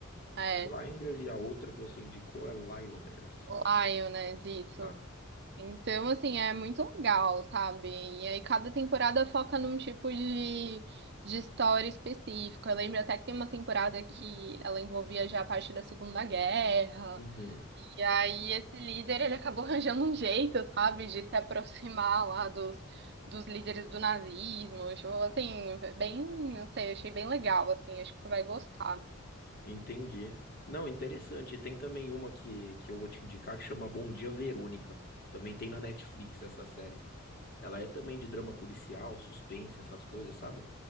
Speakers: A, on the left (about 45°); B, on the right (about 50°).
A: Peaky
B: é,
A: Blinders e a outra que você indicou é Lyoders.
B: *lion*, né, disso.
A: Tá.
B: Então, assim, é muito legal, sabe? E aí cada temporada foca num tipo de, de história específica. Eu lembro até que tem uma temporada que ela envolvia já a parte da Segunda Guerra.
A: Uhum,
B: E aí esse líder, ele acabou <laughs> arranjando um jeito, sabe, de se aproximar lá dos, dos líderes do nazismo. Tipo, assim, bem, não sei, achei bem legal, assim, acho que você vai gostar.
A: entendi. Não, interessante. Tem também uma que, que eu vou te indicar que chama Bom Dia Verônica. Também tem na Netflix essa série. Ela é também de drama policial, suspense, essas coisas, sabe?